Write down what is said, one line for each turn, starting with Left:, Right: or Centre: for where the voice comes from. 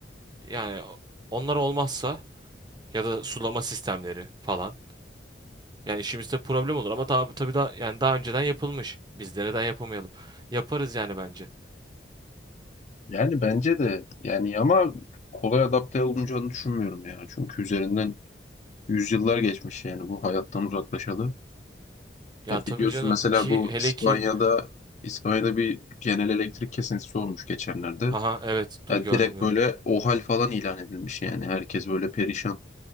Right: Yani onlar olmazsa ya da sulama sistemleri falan. Yani işimizde problem olur ama tabii tabii da yani daha önceden yapılmış. Biz de neden yapamayalım? Yaparız yani bence.
Left: Yani bence de yani ama kolay adapte olunacağını düşünmüyorum ya. Çünkü üzerinden yüzyıllar geçmiş yani bu hayattan uzaklaşalı.
Right: Ya
Left: Ya
Right: tabii
Left: biliyorsun
Right: canım
Left: mesela
Right: ki
Left: bu
Right: hele
Left: İspanya'da
Right: ki
Left: İspanya'da bir genel elektrik kesintisi olmuş geçenlerde.
Right: haha evet du
Left: Ya
Right: gördüm
Left: direkt
Right: gördüm.
Left: böyle OHAL falan ilan edilmiş yani herkes böyle perişan.